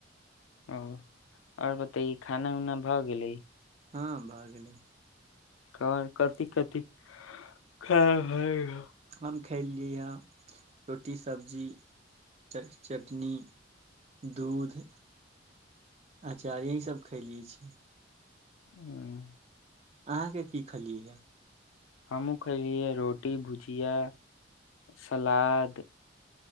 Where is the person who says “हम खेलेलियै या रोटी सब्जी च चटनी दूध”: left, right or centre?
Right